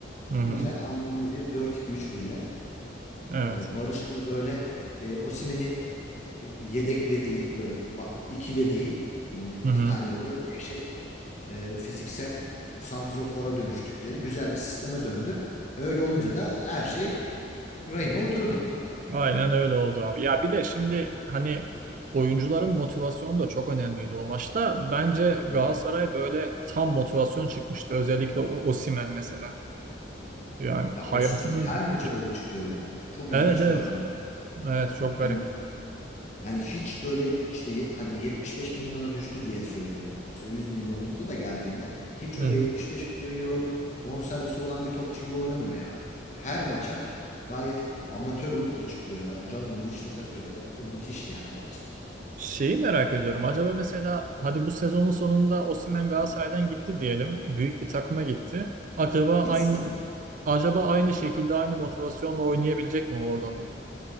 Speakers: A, on the right; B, on the left.
A: Hı
B: Güzel,
A: hı.
B: anlamlı bir 4-2-3-1'le.
A: Evet.
B: E, Barış'ın da böyle e, Osimhen'i yedeklediği, böyle ba- ikilediği e, iki
A: Hı hı.
B: tane böyle dehşet e, fiziksel santrofora dönüştükleri güzel bir sisteme döndü. Öyle olunca da her şey rayına oturdu.
A: Aynen öyle oldu abi. Ya bir de şimdi hani oyuncuların motivasyonu da çok önemliydi o maçta. Bence Galatasaray
B: Hı hı.
A: böyle tam motivasyon çıkmıştı. Özellikle o Osimhen mesela. Yani
B: Ya
A: hayatının
B: Osimhen her maça öyle çıkıyor yani. Çok
A: Evet
B: ilginç
A: evet.
B: bir adam.
A: Evet çok garip.
B: Hani yani hiç böyle işte ye- hadi 75 milyona düştü diye söylüyorum. Yoksa 100 milyonlukta da geldiğinde hiç
A: Hı
B: öyle
A: hı.
B: 75 milyon euroluk bonservisi olan bir topçu gibi oynamıyor ya. Her maça gayet amatör ruhla çıkıyor ya. Canını işine takıyor. O, o müthiş yani o açıdan.
A: Şeyi merak ediyorum. Acaba mesela hadi bu sezonun sonunda Osimhen Galatasaray'dan gitti diyelim. Büyük bir takıma gitti. Acaba
B: Gitsin
A: aynı
B: yani.
A: acaba aynı şekilde aynı motivasyonla oynayabilecek mi orada da?